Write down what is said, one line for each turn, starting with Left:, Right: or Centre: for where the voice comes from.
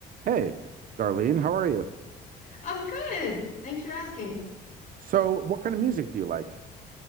Right: Hey, Darlene, how are you?
Left: I'm good. Thanks for asking.
Right: So, what kind of music do you like?